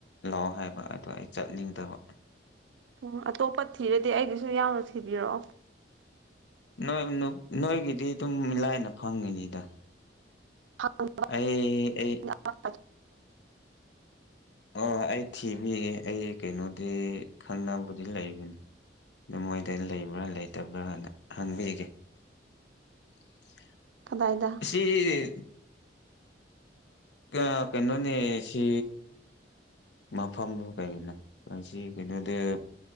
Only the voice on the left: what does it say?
ꯂꯥꯛꯑꯣ ꯍꯥꯏꯕ ꯑꯗꯣ ꯑꯩ ꯆꯠꯅꯤꯡꯗꯕ
ꯅꯣꯏ ꯅꯨ ꯅꯣꯏꯒꯤꯗꯤ ꯑꯗꯨꯝ ꯂꯥꯏꯅ ꯐꯪꯒꯅꯤꯗ
ꯑꯩ ꯑꯩ
ꯑꯣ ꯑꯩ ꯊꯤꯕꯤꯌꯦ ꯑꯩ ꯀꯩꯅꯣꯗꯤ ꯈꯪꯅꯕꯕꯨꯗꯤ ꯂꯩꯕꯅꯤ ꯑꯗꯨ ꯃꯣꯏꯗ ꯂꯩꯕ꯭ꯔꯥ ꯂꯩꯇꯕ꯭ꯔꯥꯅ ꯍꯪꯕꯤꯒꯦ <unintelligible>
ꯁꯤ ꯀꯥ ꯀꯩꯅꯣꯅꯦ ꯁꯤ ꯃꯐꯝꯗꯨꯕꯨ ꯀꯩꯅꯣ ꯃꯁꯤ ꯀꯩꯅꯣꯗ